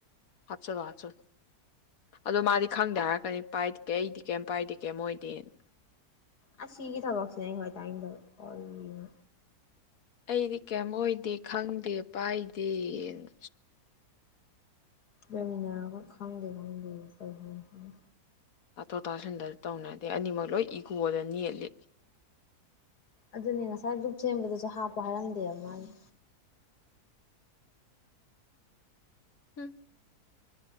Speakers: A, on the left; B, on the left.
A: ꯍꯥꯞꯆꯜꯂꯣ ꯍꯥꯞꯆꯜꯂꯣ ꯑꯗꯣ ꯃꯥꯗꯤ ꯈꯪꯗꯦ ꯍꯥꯏꯔꯛꯀꯅꯤ ꯄꯥꯏꯗꯦ ꯑꯩꯗꯤ ꯀꯩꯝ ꯄꯥꯏꯗꯦ ꯀꯩꯝ ꯑꯣꯏꯗꯦꯅ
B: ꯑꯁ ꯁꯤꯒꯤ ꯊꯕꯛꯁꯤꯅꯦ ꯑꯩ ꯈꯋꯥꯏ ꯇꯥꯏꯅꯤꯡꯗꯕ ꯀꯔꯤꯅꯣ
A: ꯑꯩꯗꯤ ꯀꯩꯝ ꯑꯣꯏꯗꯦ ꯈꯪꯗꯦ ꯄꯥꯏꯗꯦꯅ
B: ꯂꯩꯃꯤꯟꯅꯔꯒ ꯈꯪꯗꯦ ꯈꯪꯗꯦꯌꯦ ꯀꯩ ꯍꯥꯏꯅꯣ ꯈꯪ
A: ꯇꯥꯊꯣꯛ ꯇꯥꯁꯤꯟꯗ ꯇꯧꯅꯗꯦ ꯑꯅꯤꯃꯛ ꯂꯣꯏ ꯏꯒꯣꯗ ꯅꯦꯠꯂꯤ
B: ꯑꯗꯨꯅꯦ ꯉꯁꯥꯏ ꯒ꯭ꯔꯨꯞ ꯁꯦꯝꯕꯗꯁꯨ ꯍꯥꯞꯄꯣ ꯍꯥꯏꯔꯝꯗꯦꯕ ꯃꯥꯒꯤ
A: ꯎꯝ